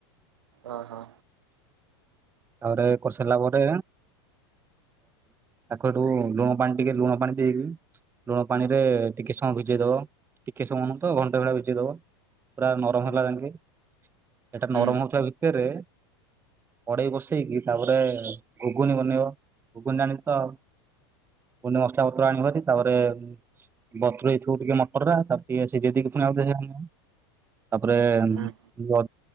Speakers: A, on the right; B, on the right.
A: ହ ହୋ।
B: ତାପରେ କରିସାରିଲା ପରେ ତାଖ ଏଠୁ ଲୁଣ ପାଣି ଟିକେ ଲୁଣ ପାଣି ଦେଇବି ଲୁଣ ପାଣି ରେ ଟିକେ ସମୟ ଭିଜେଇ ଦବ। ଟିକେ ସମୟ ନୁହ ତ ଘଣ୍ଟା ଭଳିଆ ବିଝେଇଦବ। ପୁରା ନରମ
A: ହୁଁ
B: ହେଲା ଯଙ୍କେ ଏଇଟା
A: ହୁଁ
B: ନରମ ହଉଥିବା ଭିତରେ କଡ଼େଇ ବସେଇ କି ଵସେଇକି ତାପରେ ଘୁଗୁନି ବନେଇବ ଘୁଗୁନି ଜାଣିଛ ତ ପୁଣି ମସଲା ପତ୍ର ଆଣିବୁହେରି ତାପରେ ବତୁରେଇ ଥିବୁ ହେଇଥିବ ଟିକେ ମଟର ତାକୁ ଟିକେ ସିଜେଇ ଦେଇକି ଆଉ ଥରେ <inaudible> ତାପରେ
A: ହୁଁ
B: ଅ